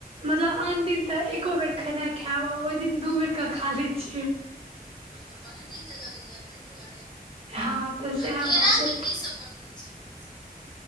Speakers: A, on the right; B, on the left.
A: मतलब आन दिन तऽ एको बेर खेनाइ खायब आ ओहि दिन दू बेर के खा लैत छियै।
B: हम तऽ बड्ड नीक लगैएा ताहि दुआरे
A: हँ तऽ सएह
B: आ केराके
A: बात छै
B: कीसभ बनबैत छी। अहाँसभ